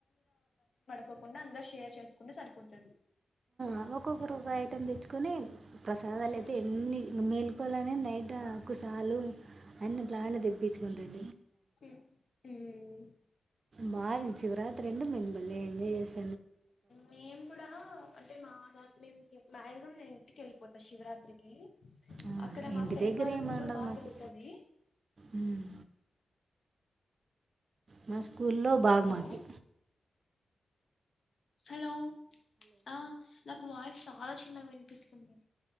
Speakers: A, on the left; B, on the right.
A: కోకుండ అందర్ షేర్ చేసుకుంటే సరిపొతది
B: ఆమే కొకరుపై టక్ తెచ్చుకొని ప్రసాదాలు
A: ఉమ్
B: అయితే ఎన్ని మేల్కోలనే నైట్ కుసాలు అన్ని ఇట్లానే తెప్పించుకుండండి
A: మ్
B: మాది శివరాత్రి అంటే మేమ్ బలే ఎంజాయ్ చేస్తాం
A: మేము గూడ అంటే మా దాన్ మేము మ్యాగీజిమమ్ నిన్ ఇంటికేల్పోతా శివరాత్రికి
B: ఆ,
A: అక్కడ
B: ఇంటి
A: మా ఫ్రెండ్
B: దగ్గర
A: వాళ్ళ
B: ఏమి
A: ఊర్లో
B: ఉండదు
A: బా
B: మాకు
A: జరుగుతాది
B: ఉమ్, మా స్కూల్లో బాగ్
A: హలో
B: మాకి
A: హలో ఆ నాకు వాయిస్ చాలా చిన్నగా వినిపిస్తుంది